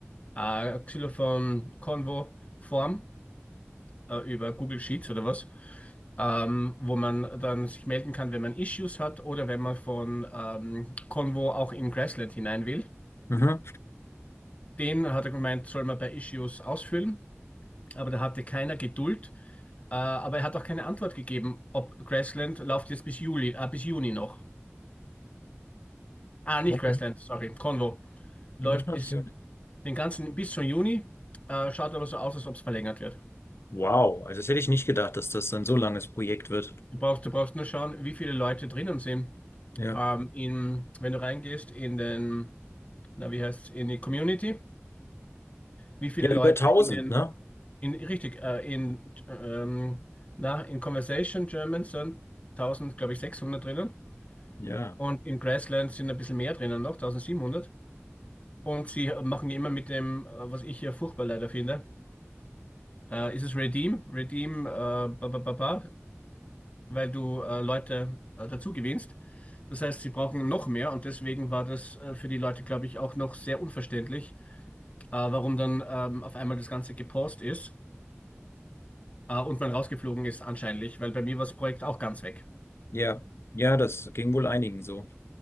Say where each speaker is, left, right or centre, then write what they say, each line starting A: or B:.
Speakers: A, on the left; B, on the left.
A: äh, Xylophon-Konvo-Form äh, über Google Sheets oder was. ähm, wo man dann sich melden kann, wenn man Issues hat oder wenn man von ähm, Convo auch in Grassland hinein will.
B: Mhm.
A: Den hat er gemeint, soll man bei Issues ausfüllen, aber da hatte keiner Geduld. Äh, aber er hat auch keine Antwort gegeben, ob Grassland läuft jetzt bis Juli, äh, bis Juni noch. Ah, nicht
B: Okay.
A: Grassland, sorry, Convo.
B: Löschnotation.
A: Läuft bis den ganzen, bis zum Juni, äh, schaut aber so aus, als ob es verlängert wird.
B: Wow, also das hätte ich nicht gedacht, dass das so ein so langes Projekt wird.
A: Du brauchst, du brauchst nur schauen, wie viele Leute drinnen sind.
B: Ja.
A: Ähm, in, wenn du reingehst in den, na, wie heißt in die Community, wie viele
B: Ja,
A: Leute
B: über 1000,
A: in den,
B: ne?
A: in, richtig, äh, in, ähm, na, in Conversation German sind Tausend glaube ich, 600 drinnen
B: Ja.
A: und in Grassland sind ein bisschen mehr drinnen noch, 1700. Und sie machen immer mit dem, äh, was ich hier furchtbar leider finde, äh, ist es Redeem, Redeem, äh, ba, ba, ba, ba, weil du äh, Leute äh, dazu gewinnst. Das heißt, sie brauchen noch mehr und deswegen war das äh, für die Leute, glaube ich, auch noch sehr unverständlich, äh, warum dann ähm, auf einmal das Ganze gepaust ist. äh, und man rausgeflogen ist anscheinend, weil bei mir war das Projekt auch ganz weg.
B: Ja, ja, ja, das ging wohl einigen so.